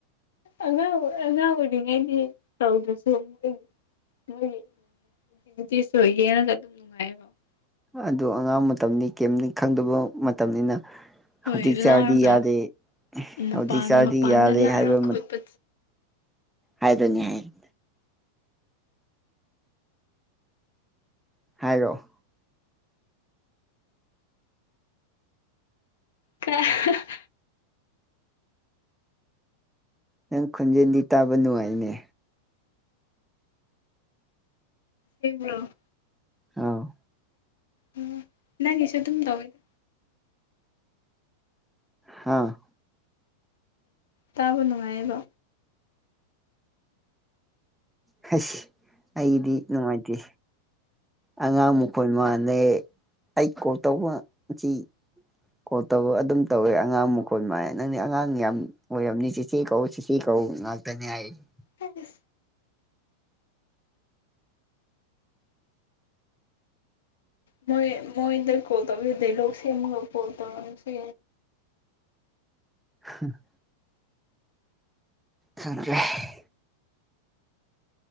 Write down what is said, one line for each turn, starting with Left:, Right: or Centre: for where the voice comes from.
Left: ꯑꯉꯥꯡ ꯑꯣꯏ ꯑꯉꯥꯡ ꯑꯣꯏꯔꯤꯉꯩꯗꯤ ꯇꯧꯗ꯭ꯔꯁꯨ ꯃꯣꯏꯒꯤ ꯃꯣꯏꯒꯤ <unintelligible> ꯅꯨꯡꯉꯥꯏꯌ‌ꯦꯕ
Centre: ꯑꯗꯨ ꯑꯉꯥꯡ ꯃꯇꯝꯅꯤ ꯀꯦꯝꯅꯤ ꯈꯪꯗꯕ ꯃꯇꯝꯅꯤꯅ
Left: ꯍꯣꯏ
Centre: ꯍꯧꯖꯤꯛ ꯆꯥꯔꯗꯤ
Left: ꯂꯥꯡꯔꯒ
Centre: ꯌꯥꯗꯦ
Left: ꯃꯄꯥꯟ
Centre: ꯍꯧꯖꯤꯛ ꯆꯥꯗꯤ
Left: ꯃꯄꯥꯟꯗ
Centre: ꯌꯥꯔꯦ
Left: ꯂꯥꯡꯔ
Centre: ꯍꯥꯏꯕ
Left: ꯈꯣꯠꯄ
Centre: ꯍꯥꯏꯗꯣꯏꯅꯤ ꯍꯥꯏꯅꯤ ꯍꯥꯏꯔꯛꯑ
Left: ꯀ <unintelligible>
Centre: ꯅꯪ ꯈꯣꯟꯖꯦꯜꯗꯤ ꯇꯥꯕ ꯅꯨꯡꯉꯥꯏꯅꯦ
Left: ꯍꯣ <unintelligible>
Centre: ꯑꯥꯎ
Left: ꯑꯣ ꯅꯪꯒꯤꯁꯨ ꯑꯗꯨꯝ ꯇꯧꯋꯤꯗ
Centre: ꯍꯥꯥ
Left: ꯇꯥꯕꯨ ꯅꯨꯡꯉꯥꯏꯌ‌ꯕ
Centre: ꯍꯁ ꯑꯩꯗꯤ ꯅꯨꯡꯉꯥꯏꯇꯦ ꯑꯉꯥꯡ ꯃꯈꯣꯏ ꯃꯥꯜꯂꯦ ꯑꯩ ꯀꯣꯜ ꯇꯧꯕ ꯁꯤ ꯀꯣꯜ ꯇꯧꯕ ꯑꯗꯨꯝ ꯇꯧꯋꯦ ꯑꯉꯥꯡ ꯃꯈꯣ ꯃꯥꯏ ꯅꯪꯗꯤ ꯑꯉꯥꯡ ꯌꯥꯝ <unintelligible>
Left: ꯑ <unintelligible> ꯃꯣꯏ ꯃꯣꯏꯗꯩ ꯀꯣꯜ ꯇꯧꯒ‌ꯦꯗ ꯗꯥꯏꯂꫭꯛ ꯁꯦꯝꯃꯒ ꯀꯣꯜ ꯇꯧꯔ ꯁꯤ
Centre: ꯎꯝ <unintelligible> ꯈꯪꯗꯔ‌ꯦ